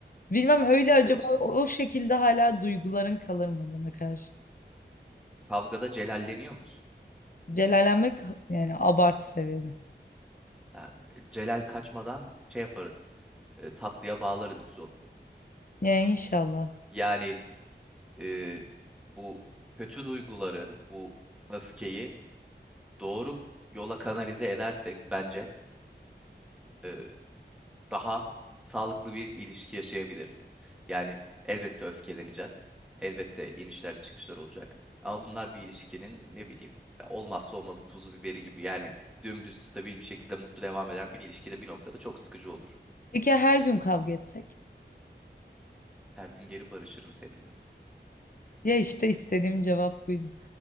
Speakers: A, on the left; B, in the centre.
A: Bilmem öyle acaba
B: Ee,
A: o, o şekilde hala duyguların kalır mı bana karşı?
B: Kavgada celalleniyor musun?
A: Celallenmek yani abartı seviyede.
B: Ha, celal kaçmadan şey yaparız. e, tatlıya bağlarız biz onu.
A: Yani inşallah.
B: Yani e, bu kötü duyguları, bu öfkeyi doğru yola kanalize edersek bence e, daha sağlıklı bir ilişki yaşayabiliriz. Yani elbette öfkeleneceğiz. Elbette inişler çıkışlar olacak. Ama bunlar bir ilişkinin ne bileyim ya olmazsa olmazı tuzu biberi gibi. Yani dümdüz stabil bir şekilde mutlu devam eden bir ilişkide bir noktada çok sıkıcı olur.
A: Peki ya her gün kavga etsek?
B: Her gün geri barışırım seninle.
A: Ya işte istediğim cevap buydu.